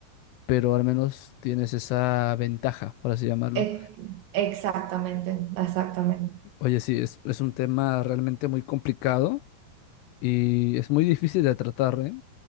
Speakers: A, on the left; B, on the right.
A: pero al menos tienes esa ventaja, por así llamarlo.
B: Ex- Exactamente, exactamente.
A: Oye, sí, es, es un tema realmente muy complicado y es muy difícil de tratar, ¿eh?